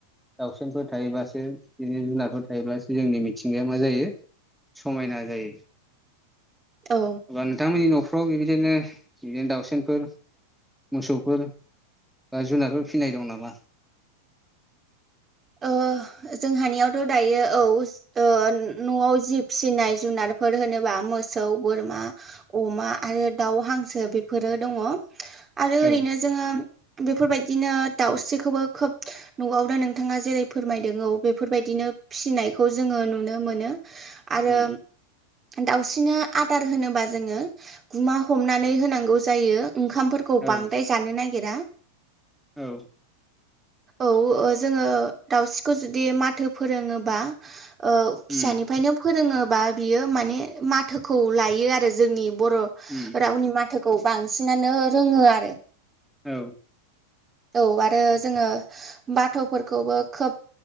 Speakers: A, in the centre; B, on the right (about 20°).
A: दाउसेनफोर थायोबासो बिदि जुनारफोर थायोब्लासो जोंनि मिथिंगाया मा जायो। समायना जायो।
B: औ।
A: बा नोंथांमोननि न'फ्राव बेबायदिनो बिदिनो दाउसेनफोर मोसौफोर बा जुनारफोर फिनाय दं नामा?
B: ओ जोंहानियावथ' दायो औ ओ न'आव जि फिनाय जुनारफोर होनोबा मोसौ, बोरमा अमा आरो दाउ हांसो बेफोरो दङ'। आरो ओरैनो
A: औ
B: जोङो बेफोर बायदिनो दाउस्रिखौबो खोब न'आव दोनो। नोंथाङा जेरै फोरमायदों औ बेफोर बायदिनो फिनायखौ जोङो नुनो मोनो। आरो
A: उम
B: दाउस्रिनो आदार होनोबा जोङो गुमा हमनानै होनांगौ जायो ओंखामफोरखौ खौ
A: औ
B: बांद्राय जानो नागिरा।
A: औ।
B: औ ओ जोङो दाउस्रिखौ जुदि माथो फोरोङोबा ओ फिसानिफ्रायनो
A: उम
B: फोरोङोबा बियो माने माथोखौ लायो आरो जोंनि बर'
A: उम
B: रावनि माथोखौ बांसिनानो रोङो आरो।
A: औ।
B: औ आरो जोङो बाथ'फोरखौबो खोब